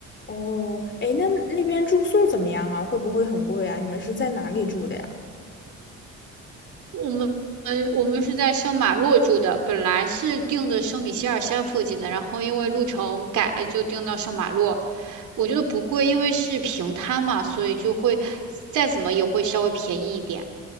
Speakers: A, on the left (about 40°); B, on the right (about 75°).
A: 哦，哎，那那边住宿怎么样啊？会不会很贵啊？你们是在哪里住的呀？
B: 我们嗯，我们是在圣马洛住的，本来是定的圣米歇尔山附近的，然后因为路程改了，就定到圣马洛。我觉得不贵，因为是平摊嘛，所以就会再怎么也会稍微便宜一点。